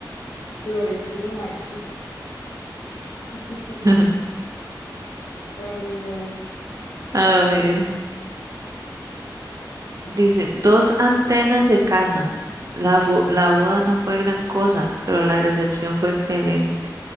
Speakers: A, on the left; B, on the right.
A: Florecino marchito. <laughs>
B: <laughs>
A: Ay, no,
B: a ver. Dice, dos antenas se casan. La, bo- la boda no fue gran cosa, pero la recepción fue excelente.